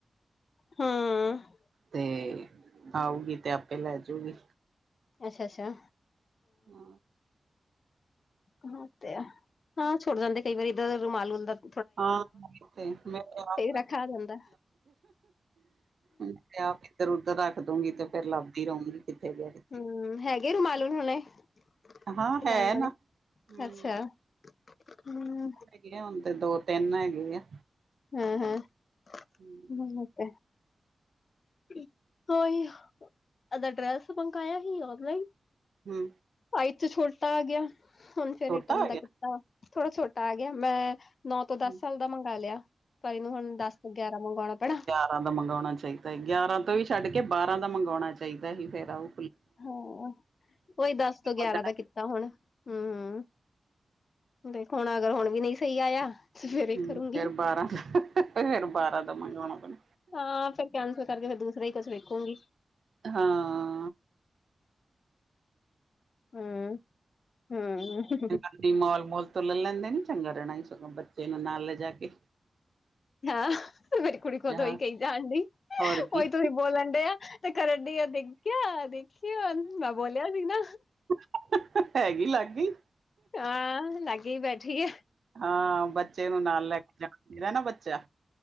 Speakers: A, on the left; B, on the right.
A: ਹੂੰ।
B: ਤੇ ਆਊਗੀ ਤੇ ਆਪੇ ਲੈ ਜੂ ਗੀ।
A: ਅਸ਼ ਆ ਸ਼ਾ।
B: ਹਾਂ।
A: ਓ ਤੇ ਹੈ ਹਾਂ ਛੁੱਟ ਜਾਂਦੇ ਕਈ ਵਾਰੀ ਏਦਾ ਦਾ ਰੁਮਾਲ ਹੁੰਦਾ ਤ
B: ਹਾਂ <inaudible> <unintelligible>
A: ਰੱਖ ਆ ਜਾਂਦਾ
B: ਤੇ ਆਪ ਇੱਧਰ - ਉਧਰ ਰੱਖ ਦੂੰਗੀ ਤੇ ਫੇਰ ਲੱਭਦੀ ਰਉਂਗੀ। ਕਿੱਥੇ ਗਿਆ ਕਿੱਥ
A: ਹੂੰ, ਹੈਗੇ ਰੁਮਾਲ ਹੁਣ ਹੁਨੇ। <unintelligible>
B: ਗਿਆ ਹਾਂ ਹੈ
A: ਵਾਲੇ
B: ਨਾ ਹੂੰ
A: ਅੱਛਾ ਹੂੰ।
B: ਹੇਗੇ ਐ ਹੁਣ ਤੇ ਦੋ ਤਿੰਨ ਹੈਗੇ ਐ।
A: ਹੁੰ ਹੁੰ
B: ਹੂੰ
A: <unintelligible> <unintelligible> ਓਈ ਅਗਰ ਡ੍ਰੈਸ ਮੰਗਾਇਆ ਸੀ ਆ ਗਿਆ ਹੀ।
B: ਹੂੰ।
A: ਸਾਈਜ ਚ ਛੋਟਾ ਆ ਗਿਆ ਹੁਣ ਫੇਰ
B: ਛੋਟਾ
A: ਰਿਟਰਨ
B: ਹੋ
A: ਦਾ ਕੀਤਾ ਥੋੜਾ ਛੋਟਾ ਆ ਗਿਆ ਮੈਂ ਨੌ ਤੋਂ
B: ਗਿਆ
A: ਦਸ ਸਾਲ ਦਾ ਮੰਗਾ ਲਿਆ ਪਰ ਇਨੂੰ ਹੁਣ ਦਸ ਤੋਂ ਗਿਆਰਾਂ ਮੰਗੋਣਾ ਪੈਣਾ।
B: ਤਾਂ ਤਾ ਮੰਗਾਉਣਾ ਚਾਈਦਾ ਈ ਗਿਆਰਾਂ ਤੋਂ ਵੀ ਛੱਡ ਕੇ ਬਾਰਾਂ ਦਾ ਮੰਗਾਉਣਾ ਚਾਈਦਾ ਈ ਫੇਰ ਆਉ।
A: ਹਾਂ, ‌ਓਈ ਦਸ ਤੋਂ ਗਿਆਰਾਂ
B: ਵਧਣਾ
A: ਦਾ ਕੀਤ ਤਾਂ ਹੁਣ ਹੂੰ- ਹੂੰ ਦੇਖੋ ਹੁਣ ਅਗਰ ਹੁਣ ਵੀ ਨਈ ਸਈ ਆਇਆ। ਤੇ ਫੇਰ ਇਹ
B: ਹੂੰ
A: ਕਰੂੰਗੀ
B: ਫੇਰ ਬਾਰਾਂ ਦਾ ਫੇਰ ਬਾਰਾਂ ਦਾ ਮੰਗਾਉਣਾ ਪੈਣਾ।
A: ਆ ਫੇਰ ਕੈਂਸਲ ਕਰਕੇ ਫੇਰ ਦੂਸਰਾ ਈ ਕੁਛ ਵੇਖੁੰਗੀ।
B: ਹਾਂ।
A: ਹੂੰ ਹੂੰ।
B: ਸਿਟੀ ਮਾਲ ਮੂਲ ਤੋ ਲੇ ਲੈਂਦੇ ਨੀ ਚੰਗਾ ਰੈਣਾ ਈ ਸਗੋਂ ਬੱਚੇ ਨੂੰ ਨਾਲ ਲਿਜਾ ਕੇ।
A: ਹਾਂ ਕੁੜੀ ਖੁਦ
B: ਹਾਂ
A: ਓਈ ਕਈ ਜਾਨਡੀ
B: ਹੋਰ ਕੀ
A: ਓਈ ਤੁਸੀ ਬੋਲਣ ਡਿ ਆ ਤੇ ਕਰਨ ਡਿਆ ਕਿਆ ਹੈ ਦੇਖੀ ਐਂਜ ਮੈਂ ਬੋਲਿਆ ਸੀ ਨਾ।
B: <unintelligible> ਹੈਗੀ ਲਾਗੀ
A: ਹਾਂ ਲਾਗੇ ਈ ਬੈਠੀ ਏ।
B: ਹਾਂ ਬੱਚੇ ਨੂੰ ਨਾਲ ਲੈ ਕੇ ਜਾਣਾ ਮੇਰਾ ਨਾ ਬੱਚਾ।